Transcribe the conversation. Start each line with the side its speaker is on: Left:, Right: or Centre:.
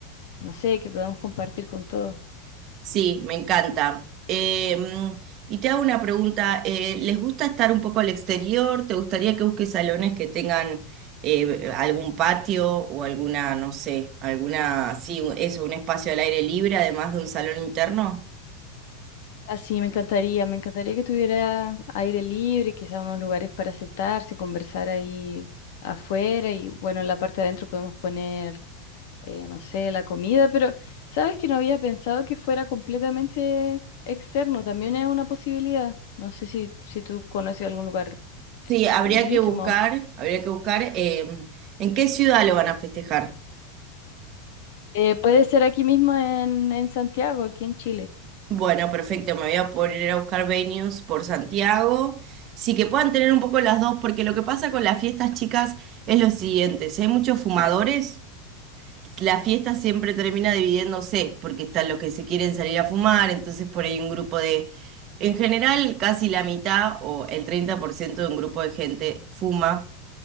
Left: no sé, que podamos compartir con todos.
Right: Sí, me encanta. Em, y te hago una pregunta, eh, ¿les gusta estar un poco al exterior? ¿Te gustaría que busques salones que tengan eh, algún patio o alguna, no sé, alguna, sí, eso, un espacio al aire libre además de un salón interno?
Left: Así me encantaría, me encantaría que tuviera aire libre, quizás unos lugares para sentarse, conversar ahí afuera y bueno, en la parte de adentro podemos poner eh, no sé, la comida, pero sabes que no había pensado que fuera completamente externo, también es una posibilidad. No sé si, si tú conoces algún lugar
Right: Sí, habría
Left: bonito,
Right: que buscar,
Left: más o menos.
Right: habría que buscar em, en qué ciudad lo van a festejar.
Left: Eh, puede ser aquí mismo en, en Santiago, aquí en Chile.
Right: Bueno, perfecto, me voy a poner a buscar venues por Santiago. Sí que puedan tener un poco las dos, porque lo que pasa con las fiestas chicas es lo siguiente, si hay muchos fumadores, la fiesta siempre termina dividiéndose, porque están los que se quieren salir a fumar, entonces por ahí un grupo de, en general, casi la mitad o el 30% de un grupo de gente fuma